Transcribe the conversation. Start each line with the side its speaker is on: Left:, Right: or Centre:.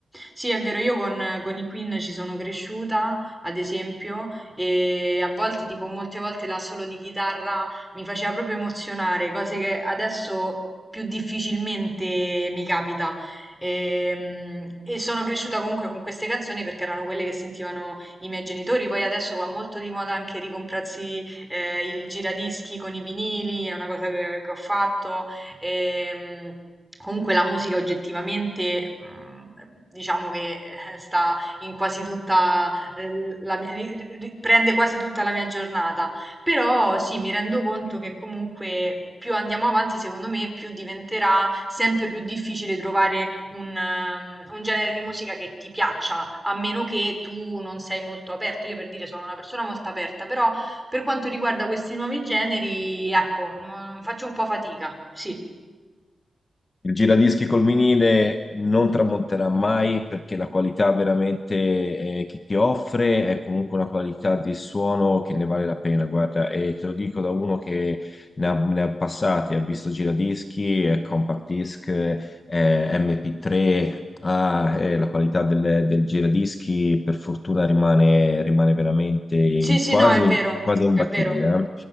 Centre: Sì, è vero, io con, con i Queen ci sono cresciuta, ad esempio, e a volte, tipo, molte volte l'assolo di chitarra mi faceva proprio emozionare, cose che adesso più difficilmente mi capita. Ehm, E, sono cresciuta comunque con queste canzoni perché erano quelle che sentivano i miei genitori. Poi adesso va molto di moda anche ricomprarsi eh, il giradischi con i vinili, è una cosa che che ho fatto. Ehm, comunque la musica oggettivamente, mhmm, diciamo che eh, sta in quasi tutta, ehm, la mia ri ri ri prende quasi tutta la mia giornata. Però sì, mi rendo conto che comunque più andiamo avanti, secondo me, più diventerà sempre più difficile trovare un mhmm, un genere di musica che ti piaccia, a meno che tu non sei molto aperto. Io per dire sono una persona molto aperta, però per quanto riguarda questi nuovi generi, ecco, non faccio un po' fatica, sì.
Left: Il giradischi col vinile non tramonterà mai perché la qualità veramente eh, che ti offre è comunque una qualità di suono che ne vale la pena, guarda, e te lo dico da uno che ne ha, ne ha passati, ha visto giradischi, eh, compact disc, eh, MP3, ah, eh, la qualità del, del giradischi per fortuna rimane, rimane veramente in-
Centre: Sì, sì,
Left: quasi,
Centre: no, è vero,
Left: quasi imbattibile,
Centre: è vero,
Left: eh?